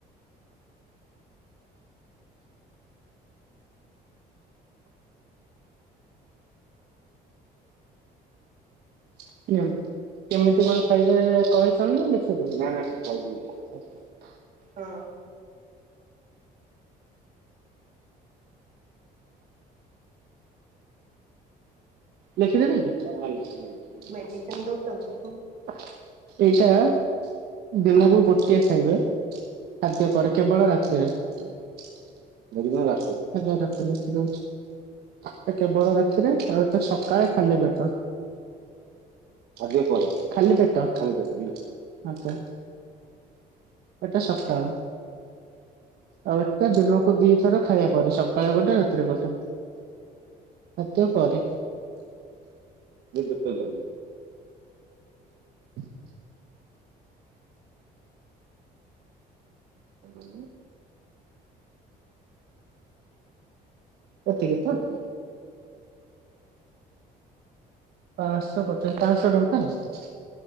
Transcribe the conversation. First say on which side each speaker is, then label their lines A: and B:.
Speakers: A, on the right (about 70°); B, on the right (about 50°).
A: <inaudible>
B: ହଁ।
A: <inaudible> ଦିନକୁ
B: ହଁ ମେଡିସିନ ଦଉଛନ୍ତି
A: ଗୋଟିଏ ଖାଇବେ ଖାଦ୍ୟ ପରେ କେବଳ ରାତିରେ। <unintelligible> ଆଜ୍ଞ ରାତିରେଖ କେବଳ ରାତିରେ ତ ସକାଳେ ଖାଲି ପେଟ ଖାଦ୍ୟ ପରେ ଖାଲି ପେଟ ଖାଲି ପେଟ ଆଛା। ଏଟା ସକାଳ। ଆଉ ଏଟା ଦିନକୁ ଦିଥର ଖାଇବା ପରେ ସକାଳେ ଗୋଟେ ରାତିରେ ଗୋଟେ। ଖାଦ୍ୟ ପରେ। <inaudible> ହୁଁ। ଏତିିକି ତ ପାଞ୍ଚଶହ ପଚାଶ ପାଞ୍ଚଶହ